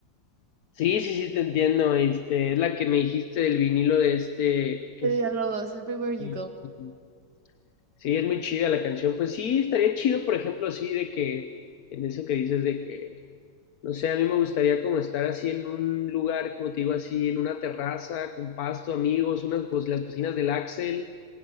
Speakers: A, on the left (about 65°); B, on the right (about 85°).
A: Sí, sí, sí, te entiendo. Este, es la que me dijiste del vinilo de este, que
B: De Villalobos,
A: es-
B: Everywhere You
A: sí,
B: Go.
A: sí, sí. Sí, es muy chida la canción. Pues sí, estaría chido, por ejemplo, sí, de que, en eso que dices de que, no sé, a mí me gustaría como estar así en un lugar, como te digo, así, en una terraza, con pasto, amigos, unas, bo- las bocinas del Axel,